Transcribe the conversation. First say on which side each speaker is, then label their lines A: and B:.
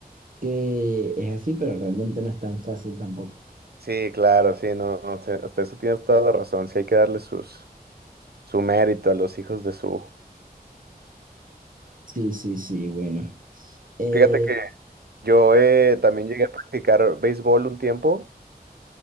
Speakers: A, on the right; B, on the right.
A: que es así, pero realmente no es tan fácil tampoco.
B: Sí, claro, sí, no, no, sí, hasta eso tienes toda la razón, sí hay que darle sus, su mérito a los hijos de su...
A: Sí, sí, sí, bueno. Eh,
B: Fíjate que yo eh, también llegué a practicar béisbol un tiempo,